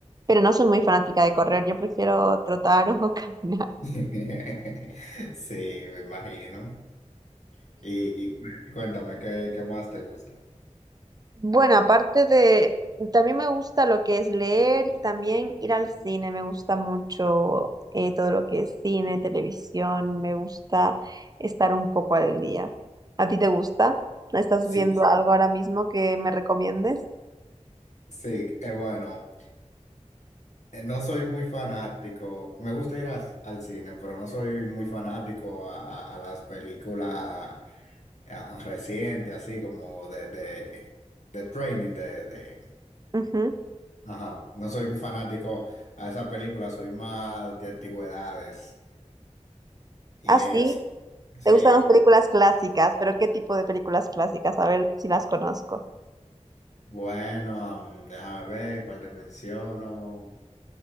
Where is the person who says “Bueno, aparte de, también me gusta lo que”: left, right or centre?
Right